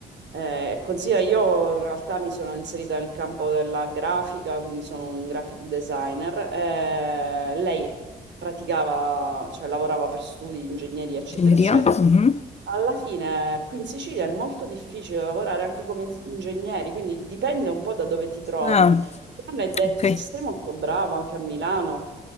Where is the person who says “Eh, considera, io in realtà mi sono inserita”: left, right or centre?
Right